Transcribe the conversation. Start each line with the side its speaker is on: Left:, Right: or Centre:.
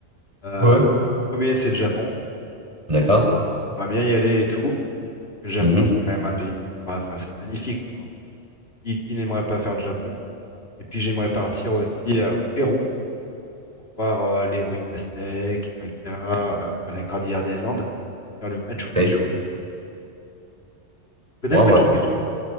Left: Euh,
Right: Ouais.
Left: le premier, c'est le Japon.
Right: D'accord?
Left: J'aimerais bien y aller et tout. Le Japon,
Right: Mhm.
Left: c'est quand même un pays, enfin, c'est magnifique, quoi. Qui, qui n'aimerait pas faire le Japon? Et puis, j'aimerais partir aussi euh, au Pérou pour voir euh, les ruines aztèques, Inca, euh, enfin, la cordillère des Andes, faire le Machu Picchu.
Right: Oui.
Left: Tu connais
Right: Moi,
Left: le
Right: en
Left: Machu
Right: vrai, ça.
Left: Picchu?